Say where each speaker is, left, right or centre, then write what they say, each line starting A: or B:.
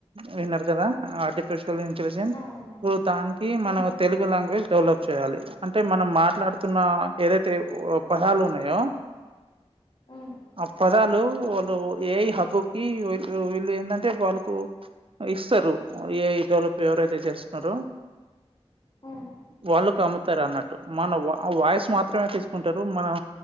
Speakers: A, on the right; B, on the left.
A: విన్నరు కదా ఆర్టి ఫిషియాల్ ఇంటెలిజెన్స్
B: ఆ విన్నా
A: ఇప్పుడు దానికి మన
B: ఉమ్
A: తెలుగు లాంగ్వేజ్ డెవలప్ చేయాలి అంటే మనం మాట్లాడుతున్న ఏదైతే పదాలు ఉన్నాయో
B: ఆ
A: ఆ పదాలు వాళ్ళు ఏఐ హబ్బుకి వీళ్ళు వీళ్ళు ఏంటంటే వాళ్ళకు ఇస్తారు ఏ ఐ డెవలప్ ఎవరైతే చేస్తున్నారో
B: ఉమ్
A: వాళ్ళుకు అమ్ముతారు. అన్నట్టు మన వాయిస్ మాత్రమే తీసుకుంటారు. మనం